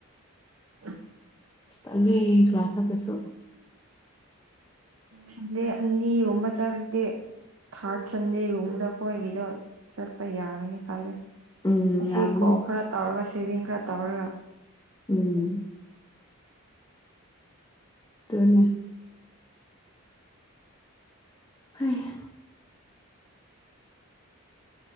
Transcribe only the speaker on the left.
ꯇꯜꯂꯦ ꯀ꯭ꯂꯥꯁ ꯑꯗꯨꯁꯨ
ꯎꯝ
ꯌꯥꯒꯅꯤ
ꯎꯝ ꯇꯅꯤ <unintelligible>